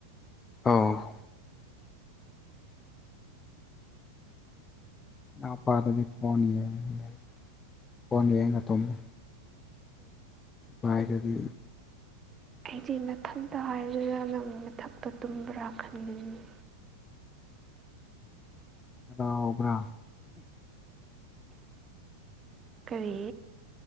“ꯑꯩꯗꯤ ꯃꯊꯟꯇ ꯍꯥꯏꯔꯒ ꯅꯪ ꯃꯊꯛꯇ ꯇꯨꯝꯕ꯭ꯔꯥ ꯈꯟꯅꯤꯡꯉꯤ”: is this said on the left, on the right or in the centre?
Right